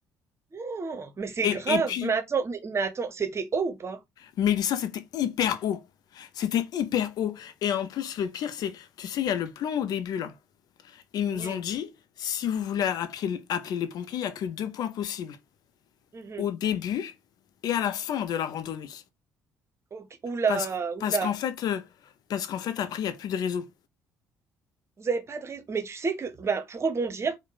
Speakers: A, on the right; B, on the left.
A: Oh, mais c'est
B: Et,
A: grave.
B: et puis,
A: Mais attends, mais, mais attends, c'était haut ou pas?
B: Mélissa, c'était hyper haut. C'était hyper haut. Et en plus, le pire, c'est, tu sais, il y a le plan au début, là. Ils
A: Oui.
B: nous ont dit, si vous voulez appeler, appeler les pompiers, il n'y a que deux points possibles.
A: Mhm.
B: Au début et à la fin de la randonnée.
A: Ok. Oula,
B: Parce, parce
A: oula.
B: qu'en fait, euh, parce qu'en fait, après, il n'y a plus de réseau.
A: Vous avez pas de raison. Mais tu sais que, bah, pour rebondir,